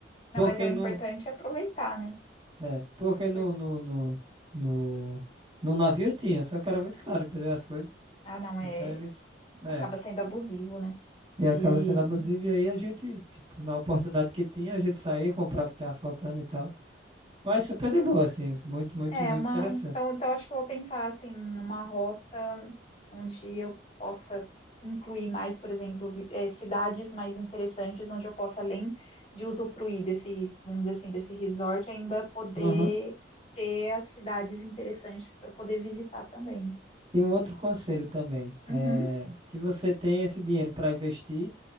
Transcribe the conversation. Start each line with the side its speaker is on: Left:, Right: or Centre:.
Left: Não,
Right: porque
Left: mas é o importante
Right: no,
Left: é aproveitar, né?
Right: é, porque
Left: Por-
Right: no, no, no, no, no navio tinha, só que era muito caro, entendeu? As coisas.
Left: Ah, não, é
Right: Então, eles. É,
Left: acaba sendo abusivo, né?
Right: E acaba
Left: E
Right: sendo abusivo. E aí a gente, tipo, na oportunidade que tinha, a gente saía, comprava o que tava faltando e tal. Mas super de boa, assim. Muito, muito,
Left: É,
Right: muito
Left: uma.
Right: interessante.
Left: Então, então acho que eu vou pensar assim numa rota onde eu possa incluir mais, por exemplo, vi- eh, cidades mais interessantes onde eu possa, além de usufruir desse, vamos dizer assim, desse resort, ainda poder
Right: Uhum.
Left: ter as cidades interessantes para poder visitar também.
Right: E um outro conselho também.
Left: Uhum.
Right: É, se você tem esse dinheiro para investir,